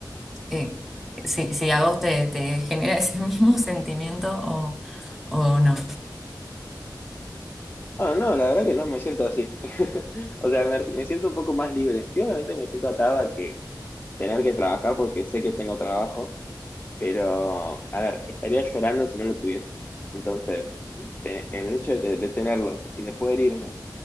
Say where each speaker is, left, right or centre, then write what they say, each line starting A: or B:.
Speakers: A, in the centre; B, on the left (about 25°).
A: que, si, si a vos te, te genera ese <laughs> mismo sentimiento o, o no.
B: Ah, no, la verdad que no me siento así. <laughs> O sea, me, me siento un poco más libre. Sí, obviamente me siento atado a que tener que trabajar porque sé que tengo trabajo, pero a ver, estaría llorando si no lo tuviese. Entonces, te- el hecho de, de tenerlo y de poder irme